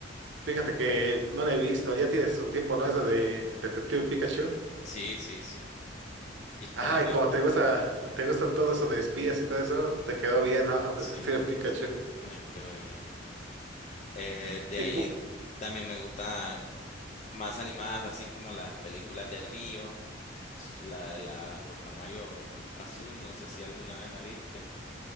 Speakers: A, on the right; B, on the left.
A: Fíjate que no la he visto, ya tiene su tiempo, ¿no? Es la de Detective Pikachu.
B: Sí, sí, sí.
A: Ajá,
B: Para mí,
A: y como te gusta, te gusta todo eso de espías y todo eso, te quedó bien, ¿no? Detective
B: sí, me,
A: Pikachu.
B: me quedó bien. Eh, de
A: Y
B: ahí
A: cu-
B: también me gustan más animadas, así como las películas de Río, la de la Guacamayo Azul, no sé si alguna vez la viste.